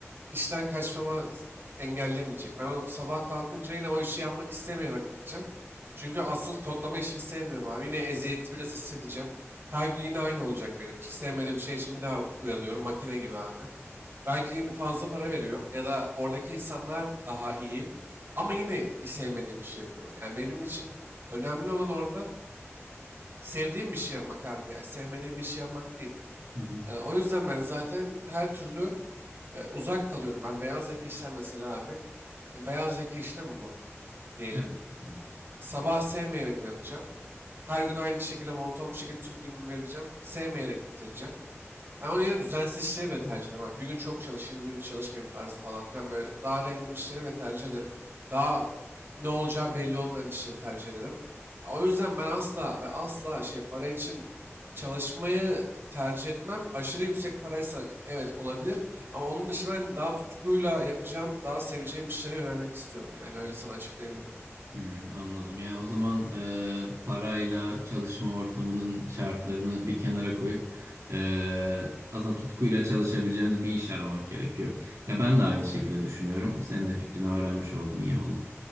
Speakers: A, on the right; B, on the right.
A: işten kaçmama engellemeyecek. Ben o sabah kalkınca yine o işi yanmak istemeyerek gideceğim. Çünkü asıl kodlama işini sevmiyorum abi. Yine eziyeti biraz hissedeceğim. Her gün yine aynı olacak benim için. Sevmediğim şey için bir daha uyanıyorum makine gibi abi. Belki yine fazla para veriyor ya da oradaki insanlar daha iyi. Ama yine sevmediğim işi yapıyorum. Yani benim için önemli olan orada sevdiğim bir şey yapmak abi ya. Sevmediğim bir şey yapmak değil.
B: Hı hı.
A: Ee, o yüzden ben zaten her türlü e, uzak kalıyorum. Ben beyaz yaka işler mesela abi. E, Beyaz yaka işte mi bu diyelim.
B: Evet. Evet.
A: Abi, Sabah sevmeyerek uyanacağım. Her gün aynı şekilde monoton bir şekilde tüm günümü vereceğim. Sevmeyerek bitireceğim. Ben onun yerine düzensiz işleri bile tercih ederim. abi. bir gün çok çalışayım, bir gün hiç çalışmayayım tarzı falan filan. Böyle daha random işleri bile tercih ederim. Daha e, ne olacağı belli olmayan işleri tercih ederim. O yüzden ben asla ve asla şey para için çalışmayı tercih etmem. Aşırı yüksek paraysa evet olabilir. Ama onun dışı ben daha tutkuyla yapacağım, daha seveceğim işlere yönelmek istiyorum. Yani öyle sana açıklayabilirim.
B: Hmm, anladım. Yani o zaman e, parayla çalışma ortamının şartlarını bir kenara koyup e, aslında tutkuyla çalışabileceğiniz bir iş aramak gerekiyor. Ya ben de aynı şekilde düşünüyorum. Senin de fikrini öğrenmiş oldum. İyi oldu.